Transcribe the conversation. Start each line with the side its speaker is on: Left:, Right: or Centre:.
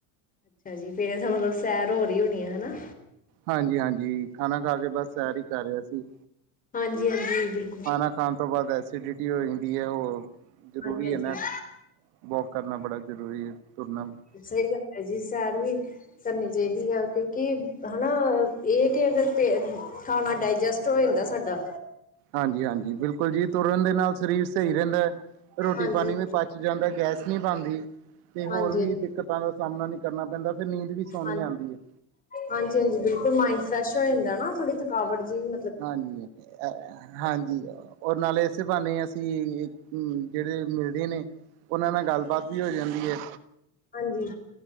Left: ਅੱਛਾ ਜੀ ਫੇਰ ਇਹ ਤਾਂ ਮਤਲਬ ਸੈਰ ਹੋ ਰਹੀਈ ਹੋਣੀ ਆ ਹਨਾ।
Right: ਹਾਂਜੀ ਹਾਂਜੀ ਖਾਣਾ ਖਾ ਕੇ ਬਸ ਸਰ ਹੀ ਕਰ ਰਿਹਾ ਸੀ।
Left: ਹਾਂਜੀ ਹਾਂਜੀ ਬਿਲਕੁਲ।
Right: ਖਾਣਾ ਖਾਣ ਤੋਂ ਬਾਅਦ ਐਸੀਡਿਟੀ ਹੋ ਜਾਂਦੀ ਹੈ ਉਹ
Left: ਹਾਂਜੀ
Right: ਜ਼ਰੂਰੀ ਹੈ ਨਾ।
Left: ਹਾਂਜੀ
Right: ਵੋਕ ਕਰਨਾ ਬੜਾ ਜ਼ਰੂਰੀ ਹੈ ਤੁਰਨਾ ਵੀ।
Left: ਸਹੀ ਗੱਲ ਹੈ ਜੀ ਸੈਰ ਵੀ ਕਰਨੀ ਚਾਹੀਦੀ ਆ ਕਿਉਂਕਿ ਹਨਾ। ਇਹ ਕਿ ਅਗਰ ਪ ਖਾਣਾ ਡਾਇਜੈਸਟ ਹੋ ਜਾਂਦਾ ਸਾਡਾ।
Right: ਹਾਂਜੀ ਹਾਂਜੀ ਬਿਲਕੁਲ ਜੀ ਤੁਰਨ ਦੇ ਨਾਲ ਸਰੀਰ ਸਹੀ ਰਹਿੰਦਾ ਹੈ। ਰੋਟੀ
Left: ਹਾਂਜੀ।
Right: ਪਾਣੀ ਵੀ ਪਚ ਜਾਂਦਾ ਗੈਸ ਨਹੀਂ ਬਣਦੀ। ਤੇ ਹੋਰ
Left: ਹਾਂਜੀ
Right: ਵੀ
Left: ਹਾਂਜੀ
Right: ਦਿੱਕਤਾਂ ਦਾ ਸਾਹਮਣਾ ਨਹੀਂ ਕਰਨਾ ਪੈਂਦਾ ਫ਼ੇਰ ਨੀਂਦ ਵੀ ਸੋਹਣੀ
Left: ਹਾਂ
Right: ਆਉਂਦੀ ਹੈ।
Left: ਹਾਂਜੀ ਹਾਂਜੀ ਬਿਲਕੁਲ ਮਾਇੰਡ ਫਰੈਸ਼ ਹੋ ਜਾਂਦਾ ਨਾ ਥੋੜੀ ਥਕਾਵਟ ਜੀ ਵੀ।
Right: ਹਾਂਜੀ ਹਾਂਜੀ। ਔਰ ਨਾਲੇ ਇਸੇ ਬਹਾਨੇ ਅਸੀਂ ਜਿਹੜੇ ਮਿਲਦੇ ਨੇ। ਉਹਨਾਂ ਨਾਲ ਗੱਲਬਾਤ ਵੀ ਹੋ ਜਾਂਦੀ ਹੈ।
Left: ਹਾਂਜੀ।